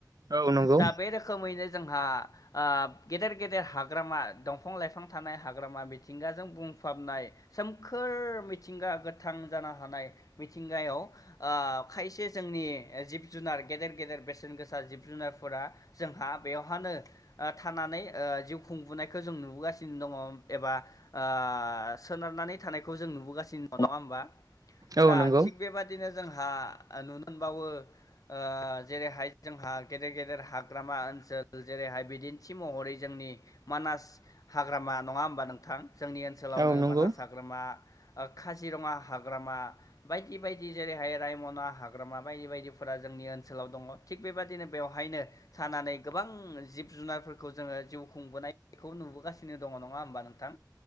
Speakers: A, on the right; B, on the left.
A: औ नंगौ
B: दा बे रोखोमैनो आ गेदेर गेदेर हाग्रामा दंफां लाइफां थानाय हाग्रामा मिथिंगाजों बुंफाबनाय नाय सोमखोर मिथिंगा गोथां जानो हानाय मिथिंगायाव ओ खायसे से जोंनि जिब जुनार गेदेर गेदेर बेसेन गोसा जिब जुनारफोरा जोंहा बेवहानो थानानै ओ जिउ खुंबोनायखौ जों नुबोगासिनो दङ एबा ओ। ओ सोनारनानै थानायखौ जों नुबोगासिनो <unintelligible> नङा होमबा
A: औ
B: दा
A: नंगौ
B: थिग बेबादिनो जोंहा नुनो मोनबावो ओ जेरैहाय जोंहा गेदेर गेदेर हाग्रामा ओनसो सोल जेरैहाय बिदिन्थि महरै जोंनि मानास हाग्रामा नङा होमबा नोंथां। जोंनि ओनसोलावनो
A: औ नंगौ
B: मानास हाग्रामा। ओ काजिरङा हाग्रामा बायदि बायदि जेरैहाय रायमना हाग्रामा बायदि बायदिफोर। फ्रा जोंनि ओनसोलाव दङ थिग बेबादिनो बेवहायनो थानानै। गोबां जिब जुनारफोरखौ जोङो जिउ खुंबोनायखौ नुबोगासिनो दङ नङा होमबा नोंथां?